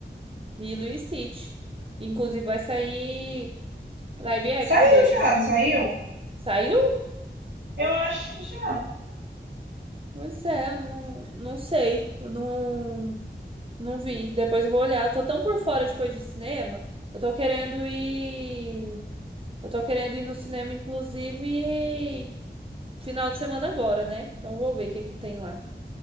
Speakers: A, on the right; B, on the right.
A: Lilo e Stitch. Inclusive vai sair live action
B: Saiu
A: deles,
B: já,
A: né?
B: não saiu?
A: Saiu
B: Eu acho que já.
A: Pois é, eu não, não sei, eu não, não vi. Depois eu vou olhar. Eu tô tão por fora de coisa de cinema. Eu tô querendo ir. Eu tô querendo ir no cinema, inclusive, final de semana agora, né? Então eu vou ver o que que tem lá.